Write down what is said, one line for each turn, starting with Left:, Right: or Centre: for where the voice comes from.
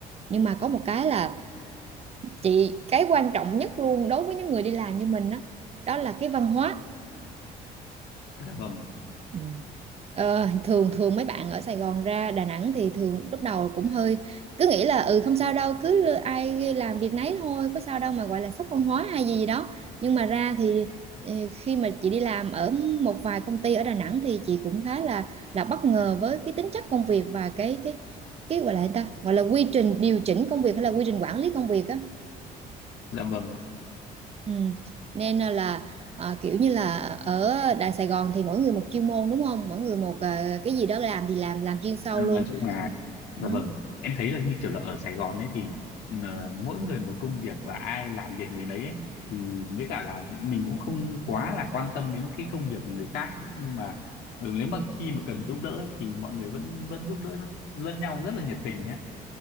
Right: nhưng mà có một cái là chị cái quan trọng nhất luôn đối với những người đi làm như mình á đó là cái văn hóa
Left: dạ vâng
Right: Ừ. Ờ, thường thường mấy bạn ở Sài Gòn ra Đà Nẵng thì thường lúc đầu cũng hơi cứ nghĩ là ừ không sao đâu cứ ai làm việc nấy thôi có sao đâu mà gọi là sốc văn hóa hay gì gì đó nhưng mà ra thì ờ, khi mà chị đi làm ở một vài công ty ở Đà Nẵng thì chị cũng khá là là bất ngờ với cái tính chất công việc và cái cái cái gọi là gì ta gọi là quy trình điều chỉnh công việc hay là quy trình quản lý công việc á
Left: dạ vâng
Right: Ừ. Nên ờ, là à, kiểu như là ở Đại Sài Gòn thì mỗi người một chuyên môn đúng không? Mỗi người một à, cái gì đó làm thì làm làm chuyên sâu
Left: Ừ,
Right: luôn.
Left: nói chung là dạ
Right: Ừ.
Left: vâng em thấy là như kiểu là ở Sài Gòn ấy thì ờ, mỗi người một công việc và ai làm việc người đấy ấy, thì với cả là mình cũng không quá là quan tâm đến cái công việc của người khác nhưng mà ừ, nếu mà khi mà cần giúp đỡ ấy, thì mọi người vẫn vẫn giúp đỡ lẫn nhau rất là nhiệt tình nhé